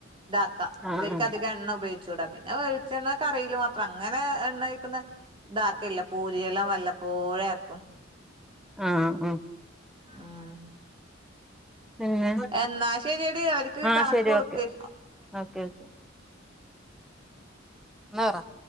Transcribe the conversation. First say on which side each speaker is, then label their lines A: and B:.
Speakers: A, on the right (about 25°); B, in the centre.
A: ഇത
B: ആഹ്
A: ഇവർക്ക്
B: ആഹ്
A: അധികം എണ്ണ ഉപയോഗിച്ചു കൂടാം പിന്നെ വെളിച്ചെണ്ണ കറില് മാത്രം അങ്ങനെ എണ്ണ കഴിക്കുന്ന. ഇതാക്കില്ല പൂരിയെല്ലാം വല്ലപ്പോഴെ ആക്കും
B: ആഹ് ആഹ്
A: ആഹ്
B: പിന്നെ
A: എന്നാ ശരിയടി അവർക്ക്
B: ആഹ്
A: കണക്ക്
B: ശരി
A: കൊടുക്ക്
B: ഓക്കെ ഓക്കെ ഓക്കെ എന്നാ പറ